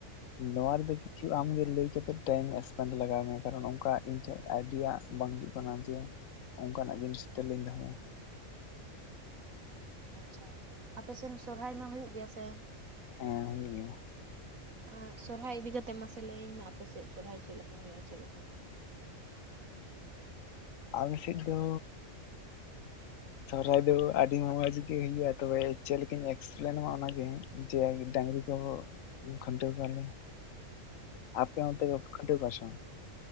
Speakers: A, on the left; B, on the right.
A: ᱱᱚᱣᱟ ᱨᱮ ᱫᱚ ᱠᱤᱪᱷᱩ ᱟᱢ ᱜᱮ ᱞᱟᱹᱭ ᱠᱟᱛᱮᱫ ᱴᱟᱭᱤᱢ ᱥᱯᱮᱱᱰ ᱞᱟᱜᱟᱣ ᱢᱮᱭᱟ, ᱠᱟᱨᱚᱱ ᱚᱱᱠᱟ ᱤᱧ ᱴᱷᱮᱱ ᱟᱭᱰᱤᱭᱟ ᱵᱟᱝ ᱦᱤᱡᱩᱜ ᱠᱟᱱᱟ, ᱡᱮ ᱚᱱᱠᱟ ᱱᱟᱜ ᱡᱤᱱᱤᱥ ᱴᱷᱮᱱ ᱞᱤᱧ ᱫᱚᱦᱚᱭᱟ᱾
B: ᱟᱪᱪᱷᱟ, ᱟᱯᱮ ᱥᱮᱱ ᱥᱚᱨᱦᱟᱭ ᱢᱟ ᱦᱩᱭᱩᱜ ᱜᱮᱭᱟ ᱥᱮ?
A: ᱦᱮᱸ ᱦᱩᱭᱩᱜ ᱜᱮᱭᱟ᱾
B: ᱟ ᱥᱚᱨᱦᱟᱭ ᱤᱫᱤ ᱠᱟᱛᱮᱜ ᱢᱟ ᱥᱮ ᱞᱟᱹᱭ ᱟᱹᱧ ᱢᱮ ᱟᱯᱮ ᱥᱮᱫ ᱥᱚᱨᱦᱟᱭ ᱪᱮᱫ ᱞᱮᱠᱟ ᱦᱩᱭᱩᱜᱼᱟ ᱪᱮᱫ ᱞᱮᱠᱟ ᱵᱟᱝ-ᱟ?
A: ᱟᱞᱮ ᱥᱮᱫ ᱫᱚ, ᱥᱚᱨᱦᱟᱭ ᱫᱚ ᱟᱹᱰᱤ ᱢᱚᱸᱡᱽ ᱜᱮ ᱦᱩᱭᱩᱜᱼᱟ ᱛᱚᱵᱮ ᱪᱮᱫ ᱞᱮᱠᱟᱧ ᱮᱠᱥᱯᱞᱮ ᱟᱢᱟ ᱚᱱᱟ ᱜᱮ, ᱡᱮ ᱰᱟᱹᱝᱨᱤ ᱠᱚ ᱠᱷᱩᱱᱴᱟᱹᱣ ᱠᱚᱣᱟ ᱞᱮ᱾ ᱟᱯᱮ ᱚᱱᱛᱮ ᱠᱚ ᱠᱷᱩᱱᱴᱟᱹᱣ ᱠᱚᱣᱟ ᱥᱮ ᱵᱟᱝ?